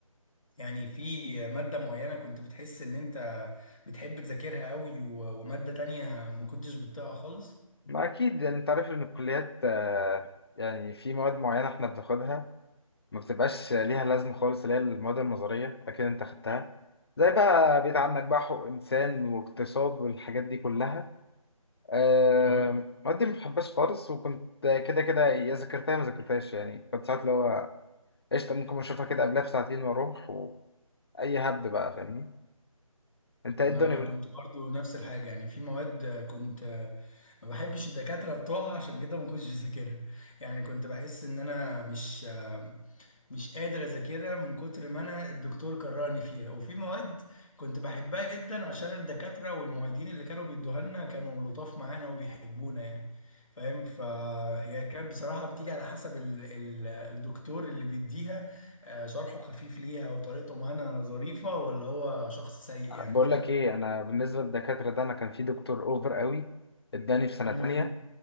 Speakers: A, on the left; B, on the left.
A: يعني في مادة معينة كنت بتحس إن أنت بتحب تذاكرها قوي و... ومادة تانية ما كنتش بتطيقها خالص؟
B: ما اكيد يعني انت عارف ان الكليات آه يعني في مواد معينه احنا بناخدها ما بتبقاش ليها لازمة خالص اللي هي المواد النظرية أكيد أنت خدتها زي بقى بعيد عنك بقى حقوق إنسان واقتصاد والحاجات دي كلها أم،
A: آه
B: المواد دي ما بحبهاش خالص وكنت كده كده يا ذاكرتها يا ما ذاكرتهاش يعني كنت ساعات اللي هو قشطة ممكن أشوفها كده قبلها بساعتين وأروح وأي هبد بقى فاهمني أنت إيه
A: انا
B: الدنيا بال-
A: كنت برضو نفس الحاجه يعني في مواد آه، كنت آه، ما بحبش الدكاتره بتوعها عشان كده ما كنتش بذاكرها يعني كنت بحس ان انا مش آه، مش قادر اذاكرها من كتر ما انا الدكتور كرهني فيها وفي مواد كنت بحبها جدا عشان الدكاتره والمعيدين اللي كانوا بيدوها لنا كانوا لطاف معانا وبيحبونا يعني فاهم فهي كانت بصراحه بتيجي على حسب ال... ال... الدكتور اللي بيديها آه، شرحه خفيف ليها وطريقته معانا ظريفه ولا هو شخص سيء
B: بقول
A: يعني فاهم
B: لك إيه أنا بالنسبة للدكاترة ده أنا كان في دكتور أوفر قوي إداني في سنة
A: امم
B: تانية